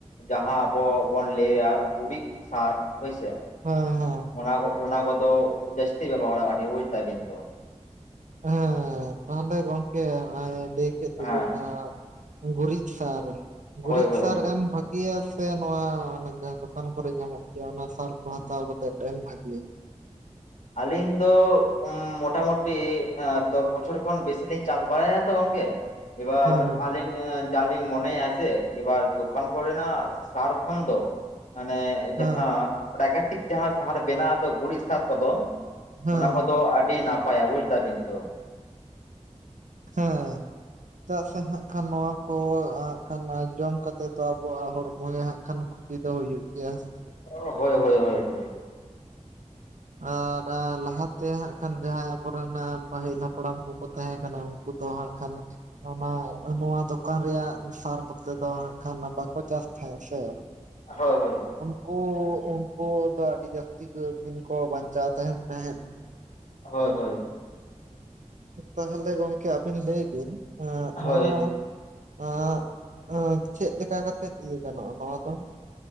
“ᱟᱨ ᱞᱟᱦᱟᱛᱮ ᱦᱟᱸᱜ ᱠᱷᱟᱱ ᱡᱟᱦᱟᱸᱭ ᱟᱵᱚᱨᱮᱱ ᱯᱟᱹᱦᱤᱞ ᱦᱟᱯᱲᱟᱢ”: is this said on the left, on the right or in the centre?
Right